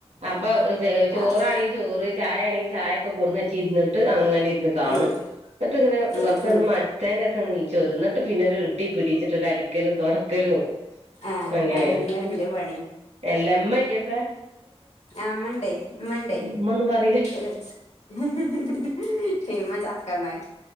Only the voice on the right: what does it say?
അപ്പൊ
ചോറാണെങ്ക
ചോറ് ചായ കൊടുന്നുവെച്ച് ഇര്ന്നിട്ട് അങ്ങനെ ഇര്ന്ന് കാണും
<unintelligible> ഇങ്ങനെ
ഒക്കെ
മടുത്തതിന്റെ ശേഷം <unintelligible> എണിറ്റു പോരും എന്നിട്ട് പിന്നെ കുട്ടി പിടിച്ചിട്ട് അടിക്കലും തുടക്കലും
അങ്ങനെ
എല്ലാം ഇമ്മ ഇല്ല്യയെ അപ്പോ
ഉമ്മ ഒന്നും പറയില്ല